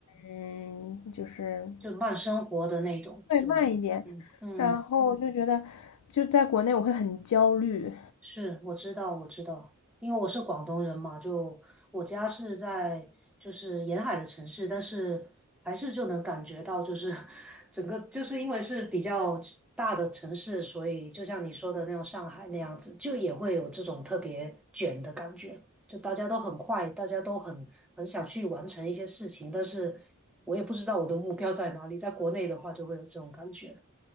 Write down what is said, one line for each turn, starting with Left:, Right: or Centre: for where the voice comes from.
Left: 嗯，就是
Centre: 就慢生活的那种，
Left: 对慢一点，
Centre: 对，嗯嗯。
Left: 然后我就觉得就在国内我会很焦虑。
Centre: 是，我知道，我知道，因为我是广东人嘛，就我家是在就是沿海的城市，但是还是就能感觉到，就是 <laughs> 整个就是因为是比较大的城市，所以就像你说的那种上海那样子，就也会有这种特别卷的感觉，就大家都很快，大家都很很想去完成一些事情，但是我也不知道我的目标在哪里，在国内的话就会有这种感觉，